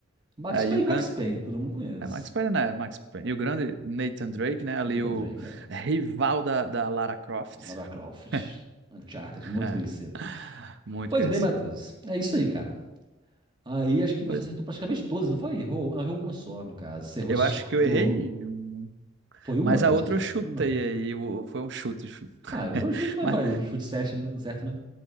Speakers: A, on the right; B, on the right.
A: Max
B: É,
A: Payne,
B: e o grande.
A: Max Payne, todo mundo conhece.
B: É Max Payne, né? Max Payne. E o grande Nathan Drake, né? Ali
A: Nathan
B: o
A: Drake, é.
B: rival da, da Lara Croft.
A: Lara Croft,
B: <laughs>
A: Uncharted, é muito
B: É.
A: conhecido.
B: Muito
A: Pois
B: conhecido.
A: bem, Matheus, é isso aí, cara. Aí acho que você
B: Pois,
A: acertou praticamente todas, não foi? Errou, errou uma só, no caso. Você errou
B: eu
A: só
B: acho que eu
A: do...
B: errei. um.
A: Foi uma?
B: Mas a
A: Ghost
B: outra
A: of Tsushima?
B: eu chutei aí. o- Foi um chute. <laughs>
A: Vai, vai, o chute vai,
B: Mas
A: vai. O chute certo, né? Certo, né?